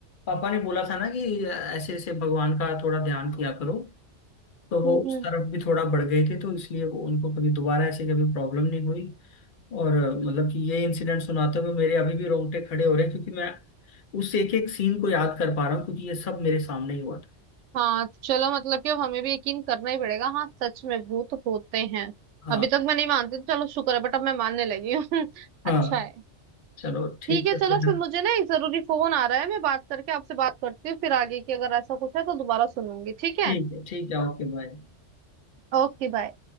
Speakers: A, on the left (about 55°); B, on the right (about 85°).
A: पापा ने बोला था ना कि ऐसे ऐसे भगवान का थोड़ा ध्यान किया करो तो वो
B: हम्म
A: उस
B: हम्म
A: तरफ भी थोड़ा बढ़ गए थे तो इसलिए वो उनको कभी दोबारा ऐसे कभी प्रॉब्लम नहीं हुई और अ, मतलब कि ये इंसिडेंट सुनाते हुए मेरे अभी भी रोंगटे खड़े हो रहे हैं क्योंकि मैं उस एक एक सीन को याद कर पा रहा हूँ क्योंकि ये सब मेरे सामने ही हुआ था
B: हाँ तो चलो मतलब कि अब हमें भी यकीन करना ही पड़ेगा हाँ सच में भूत होते हैं
A: हाँ
B: अभी तक मैं नहीं मानती थी, चलो शुक्र है बट अब मैं मानने लगी हूँ <laughs>
A: हाँ
B: अच्छा है
A: चलो ठीक
B: ठीक है
A: है
B: चलो
A: फिर
B: फिर मुझे ना एक जरूरी फोन आ रहा है मैं बात करके आपसे बात करती हूँ फिर आगे की अगर ऐसा कुछ है तो दोबारा सुनूंगी ठीक है
A: ठीक है ठीक है ओके बाय
B: Okay bye